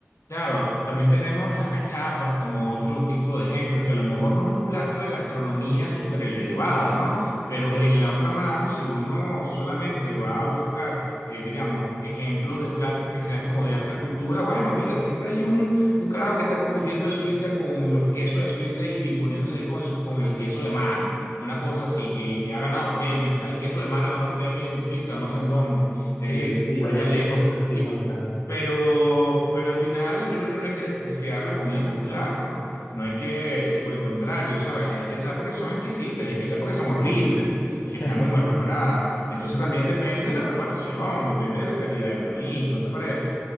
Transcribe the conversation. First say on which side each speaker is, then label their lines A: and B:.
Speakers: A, on the left; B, on the left.
A: Claro, también tenemos las cachapas como otro tipo de ejemplos, que a lo mejor no es un plato de gastronomía súper elevada, ¿no? Pero en la otra mano, si uno solamente va a buscar, eh, digamos, ejemplos de platos que sean como de alta cultura, bueno, mira, siempre hay un, un carajo que está compitiendo de Suiza con los quesos de Suiza y imponiéndose ahí con el, con el queso de mano, una cosa así, que, que ha ganado premios, tal, el queso de mano ganó premio en Suiza, no sé en dónde, eh,
B: Sí, sí, yo
A: por
B: le,
A: allá
B: yo
A: lejos.
B: leí ese artículo,
A: y
B: creo.
A: pero, pero al final yo creo que no hay que despreciar la comida popular, ¿no? No hay que, y por el contrario, ¿sabes? Hay que echar porque son exquisitas y hay que echar porque son horribles,
B: <laughs>
A: que están muy mal preparadas. Entonces también depende de la preparación, depende de la calidad del maíz, ¿no te parece?